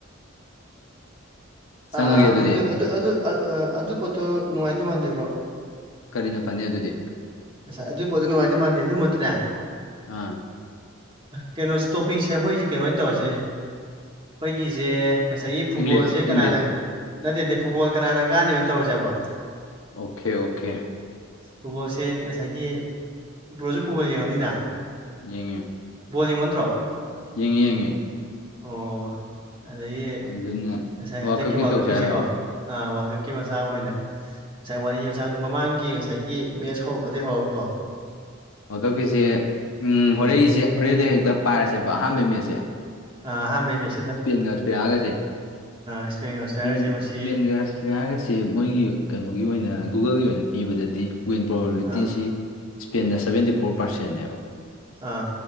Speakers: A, on the left; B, on the right.
A: ꯆꯪꯉꯒꯦ
B: ꯑꯥ
A: ꯑꯗꯨꯗꯤ
B: ꯑꯗꯨ ꯑꯗꯨ ꯑꯗꯨ ꯄꯣꯠꯇꯣ ꯅꯨꯡꯉꯥꯏꯗꯧ ꯃꯥꯟꯗꯦꯕ꯭ꯔꯣ
A: ꯀꯔꯤꯅ ꯐꯅꯤ ꯑꯗꯨꯗꯤ
B: ꯑꯁ ꯑꯗꯨꯒꯤ ꯄꯣꯠꯇꯣ ꯅꯨꯡꯉꯥꯏꯗꯧ ꯃꯥꯟꯗꯦ ꯑꯗꯨꯏ ꯃꯠꯇꯨꯅꯦ
A: ꯑꯥ
B: ꯀꯩꯅꯣꯁꯦ ꯇꯣꯄꯤꯛꯁꯦ ꯑꯩꯈꯣꯏꯁꯦ ꯀꯩꯅꯣ ꯑꯣꯏꯅ ꯇꯧꯔꯁꯤꯅꯦ ꯑꯩꯈꯣꯏꯒꯤꯁꯦ ꯉꯁꯥꯏꯒꯤ ꯐꯨꯠꯕꯣꯜꯁꯦ
A: ꯏꯪꯂꯤꯁ
B: ꯀꯅꯥꯅ
A: ꯏꯪꯂꯤꯁ
B: ꯅꯠꯇꯦꯠꯇꯦ ꯐꯨꯠꯕꯣꯜ ꯀꯅꯥꯅ ꯀꯥꯟꯅꯤ ꯑꯣꯏꯅ ꯇꯧꯔꯁꯕ꯭ꯔꯣ
A: ꯑꯣꯀꯦ ꯑꯣꯀꯦ
B: ꯐꯨꯕꯣꯜꯁꯦ ꯉꯁꯥꯏꯒꯤ ꯕ꯭ꯔꯣꯁꯨ ꯐꯨꯕꯣꯜ ꯌꯦꯡꯉꯕꯅꯤꯅ
A: ꯌꯦꯡꯉ
B: ꯣꯜꯡ ꯃꯟꯠꯇ꯭ꯔꯣ
A: ꯌꯦꯡꯉꯦꯉꯦ
B: ꯑꯣ ꯑꯗꯒꯤ
A: ꯑꯗꯨꯅ
B: ꯉꯁꯥꯏ ꯍꯟꯗꯛꯀꯤ
A: ꯋꯥꯀꯞꯀꯤ
B: ꯋꯥꯈꯠꯀꯨꯏꯁꯦꯀꯣ
A: ꯇꯧꯁꯦ ꯍꯥꯏꯔꯕ
B: ꯑꯥ ꯍꯥꯡꯀꯛꯀꯤ ꯃꯆꯥ ꯑꯣꯏꯅ ꯉꯁꯥꯏ ꯋꯥꯔꯤ ꯃꯆꯥꯗ ꯃꯃꯥꯡꯒꯤ ꯉꯁꯥꯏꯒꯤ ꯃꯦꯠꯁ ꯍꯧꯔꯛꯄꯗꯒꯤꯩ ꯍꯧꯔꯀꯣ
A: ꯋꯥ ꯀꯞꯀꯤꯁꯤꯦ ꯎ
B: ꯎꯝ
A: ꯍꯣꯔꯦꯟꯁꯦ ꯍꯣꯔꯦꯟꯗꯩ ꯍꯦꯛꯇ ꯄꯥꯏꯔꯁꯦꯕ ꯑꯍꯥꯟꯕ ꯃꯦꯠꯁꯦ
B: ꯑ ꯍꯥ ꯚ
A: ꯏꯁꯄꯦꯟꯒꯁꯄꯒꯁꯦ
B: ꯏꯁꯄꯦꯟꯒ ꯑꯣꯁꯇ꯭ꯔꯤꯌꯥꯒꯁꯦ
A: ꯦꯟ
B: ꯃꯁꯤ
A: ꯏꯁꯄꯦꯟꯒ ꯑꯁꯇ꯭ꯔꯦꯂꯤꯌꯥꯒꯁꯦ ꯃꯣꯏꯒꯤ ꯀꯩꯅꯣꯒꯤ ꯑꯣꯏꯅ ꯒꯨꯒꯜꯒꯤ ꯑꯣꯏꯅ ꯄꯤꯕꯗꯗꯤ ꯋꯤꯟ ꯄ꯭ꯔꯣꯕꯕꯤꯂꯤꯇꯤꯁꯤ
B: ꯑꯥ
A: ꯏꯁꯄꯦꯟꯅ ꯁꯚꯦꯟꯇꯤ ꯐꯣꯔ ꯄꯥꯔꯁꯦꯟꯅꯦꯕ
B: ꯑꯥ